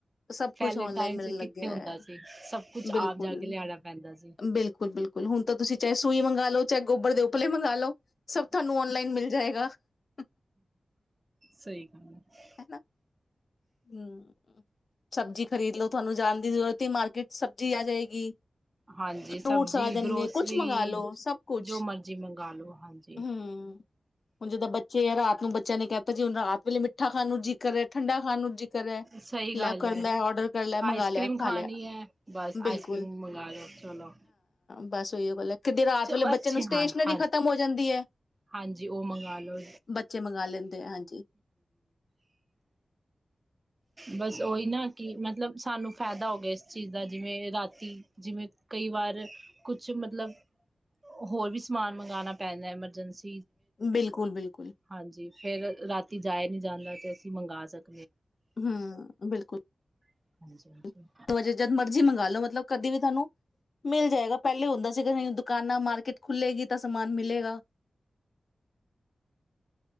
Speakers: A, on the left; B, on the right.
A: ਸਭ ਕੁਛ
B: ਪਲੇਨ
A: ਔਨਲਾਈਨ ਮਿਲਣ
B: ਚ
A: ਲੱਗਿਆ
B: ਕਿੱਥੇ ਹੁੰਦਾ
A: ਹੈ
B: ਸੀ ਸਬ ਕੁਛ
A: ਬਿਲਕੁਲ
B: ਆਪ ਜਾ ਕੇ ਲਿਆਣਾ ਪੈਂਦਾ ਸੀ।
A: ਬਿਲਕੁਲ ਬਿਲਕੁਲ ਹੁਣ ਤਾਂ ਤੁਸੀਂ ਚਾਹੇ ਸੂਈ ਮੰਗਾ ਲਓ ਚਾਹੇ ਗੋਬਰ ਦੇ ਉਪਲੇ ਮੰਗਵਾ ਲੋ, ਸਭ ਤੁਹਾਨੂੰ ਔਨਲਾਈਨ ਮਿਲ ਜਾਏਗਾ। <unintelligible>
B: ਸਹੀ ਗਲ ਹੈ।
A: ਹਨਾ ਹੂੰ, ਸਬਜੀ ਖ਼ਰੀਦ ਲੋੋ ਤੁਹਾਨੂੰ ਜਾਣ ਦੀ ਜ਼ਰੂਰਤ ਨਹੀ ਮਾਰਕੀਟ। ਸਬਜ਼ੀ ਆ ਜਾਏਗੀ।
B: ਹਾਂਜੀ,
A: ਫਰੂਟਸ
B: ਸਬਜੀ,
A: ਆ ਜਾਣਗੇ
B: ਗਰੋਸਰੀ
A: ਕੁਛ ਮੰਗਾ ਲੋ ਸਭ ਕੁਛ
B: ਜੋ ਮਰਜ਼ੀ ਮੰਗਾ ਲਓ ਹਾਂਜੀ।
A: ਹੂੰ ਹੁਣ ਜਿੱਦਾਂ ਬੱਚੇ ਆ ਰਾਤ ਬੱਚਿਆਂ ਨੇ ਕਹਿ ਤਾ ਜੀ ਹੁਣ ਰਾਤ ਵੇਲੇ ਮਿੱਠਾ ਖਾਣ ਨੂੰ ਜੀ ਕਰੇ, ਠੰਡਾ ਖਾਣ ਨੂੰ
B: ਸਹੀ ਗੱਲ
A: ਲੈ ਕਰ
B: ਹੈ
A: ਲੈ ਆਰਡਰ ਕਰ ਲੈ, ਮੰਗਾ
B: ਆਈਸ
A: ਲਿਆ
B: ਕਰ੍ਰੀਮ
A: ਖਾ
B: ਖਾਣੀ
A: ਲਿਆ।
B: ਹੈ ਬਸ
A: ਬਿਲਕੁਲ,
B: ਆਈਸ ਕਰ੍ਰੀਮ ਮੰਗਵਾ ਲੋ ਚਲੋ
A: ਬਸ ਕਿਤੇ ਰਾਤ
B: ਚ
A: ਵੇਲੇ
B: ਅੱਛੇ
A: ਬੱਚੇ ਨੂੰ ਸਟੇਸ਼ਨਰੀ
B: ਹਾਂ ਹਾਂ
A: ਖਤਮ ਹੋ ਜਾਂਦੀ <unintelligible>
B: ਹਾਂਜੀ, ਉਹ ਮੰਗਾ ਲਓ।
A: ਬੱਚੇ ਮੰਗਵਾ ਲੈਂਦੇ ਆ ਹਾਂਜੀ
B: ਬਸ ਉਹੀ ਨਾ ਕਿ ਮਤਲਬ ਸਾਨੂੰ ਫਾਇਦਾ ਹੋ ਗਿਆ ਇਸ ਚੀਜ਼ ਦਾ, ਜਿਵੇਂ ਰਾਤੀ ਜਿਵੇਂ ਕਈ ਵਾਰ ਕੁਛ ਮਤਲਬ ਹੋਰ ਵੀ ਸਮਾਨ ਮੰਗਵਾਉਣਾ ਪੈਂਦਾ ਐਮਰਜੈਂਸੀ
A: ਬਿਲਕੁਲ ਬਿਲਕੁਲ
B: ਹਾਂਜੀ ਫਿਰ ਰਾਤੀ ਜਾਏ ਜਾਂਦਾ ਤੇ, ਅਸੀਂ ਮੰਗਗਾ ਸਕ
A: ਹੂੰ ਬਿਲਕੁਲ,
B: ਹਾਂਜੀ ਹਾਂਜੀ
A: ਤ ਅਜੇ ਜਦ ਮਰਜੀ ਮੰਗਾਲੋ ਮਤਲਬ, ਕਦੇ ਵੀ ਤੁਹਾਨੂੰ ਮਿਲ ਜਾਏਗਾ, ਪਹਿਲੇ ਹੁੰਦਾ ਸੀਗਾ ਤੁਹਾਨੂੰ ਦੁਕਾਨਾਂ ਮਾਰਕਿਟ ਖੁਲੇਗੀ ਤਾ ਸਮਾਨ ਮਿਲੇਗਾ।